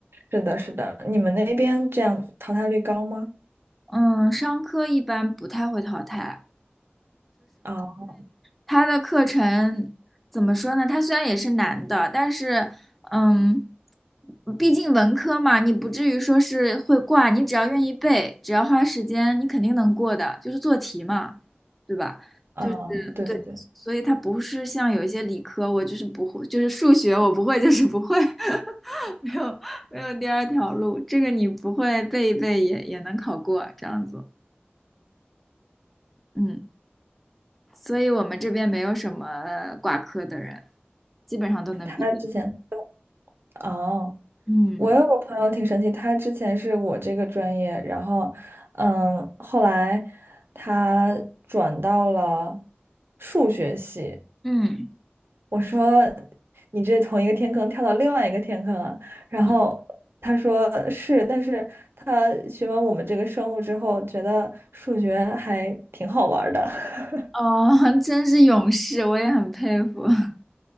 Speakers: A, on the right (about 65°); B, in the centre.
A: 是的，是的，你们那边这样淘汰率高吗？
B: 嗯，商科一般不太会淘汰。
A: 啊、
B: 他的课程怎么说呢？他虽然也是难的，但是，嗯，毕竟文科嘛，你不至于说是会挂，你只要愿意背，只要花时间，你肯定能过的，就是做题嘛，对吧？
A: 啊、
B: 就是对，
A: 对对对，
B: 所以它不是像有一些理科，我就是不会，就是数学我不会，就是不会，<laughs> 没有没有第二条路，这个你不会背一背也也能考过，这样子，嗯。所以我们这边没有什么呃挂科的人，基本上都能毕业。
A: 他之前哦，
B: 嗯
A: 我有个朋友挺神奇，他之前是我这个专业，然后嗯，后来他转到了数学系。
B: 嗯，
A: 我说你这从一个天坑跳到另外一个天坑啊，然后他说是，
B: 你
A: 但是他学完我们这个生物之后，觉得数学还挺好玩儿的。<laughs>
B: 哦，<laughs> 真是勇士，我也很佩服。<laughs>